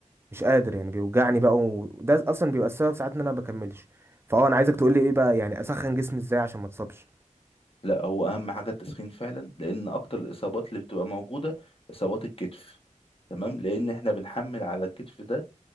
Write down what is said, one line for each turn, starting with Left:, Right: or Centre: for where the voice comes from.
Right: مش قادر يعني بيوجعني بقى وده اصلا بيبقى السبب ساعات ان انا ما بكملش فاه انا عايزك تقول لي ايه بقى يعني اسخن جسمي ازاي عشان ما اتصابش
Left: لا هو اهم حاجه التسخين فعلا لان اكتر الاصابات اللي بتبقى موجوده اصابات الكتف تمام لان احنا بنحمل على الكتف ده